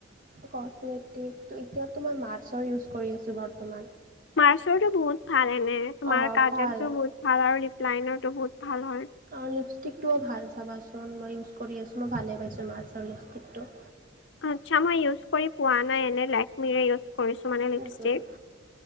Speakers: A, on the right; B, on the left.
A: কচমেটিক এতিয়াতো মই মাৰছৰ ইউজ কৰি আছোঁ বৰ্তমান।
B: মাৰ্চৰতো বহুত ভাল এনে, তোমাৰ
A: অ'
B: কাজলটো
A: ভাল।
B: বহুত ভাল আৰু ৰিপলাইনৰো বহুত ভাল হয়।
A: আৰু লিপষ্টিকটোও ভাল চাবাচোন, মই ইউজ কৰি আছোঁ, মই ভালেই পাইছোঁ মাৰ্চৰ লিপষ্টিকটো।
B: আচ্ছা মই ইউজ কৰি পোৱা নাই এনে, লেকমিৰে ইউজ কৰিছোঁ মানে লিপষ্টিক।
A: উম